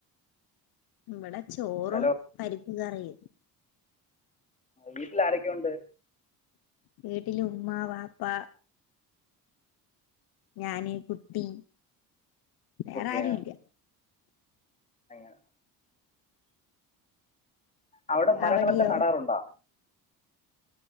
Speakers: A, on the left (about 70°); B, on the left (about 20°).
A: ഇവടെ ചോറും
B: ഹലോ
A: പരിപ്പ് കറിയും
B: വീട്ടിൽ ആരൊക്കെ ഉണ്ട്
A: വീട്ടില് ഉമ്മ വാപ്പാ ഞാന് കുട്ടി വേറെ
B: കുട്ടിയാ
A: ആരും ഇല്ല
B: അങ്ങനെ അവിടെ മരങ്ങളൊക്കെ
A: അവിടെയോ
B: നടാറുണ്ടോ